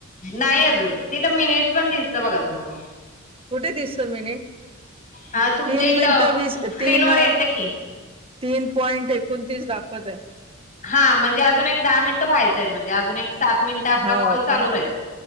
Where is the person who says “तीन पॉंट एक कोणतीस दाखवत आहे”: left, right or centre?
Right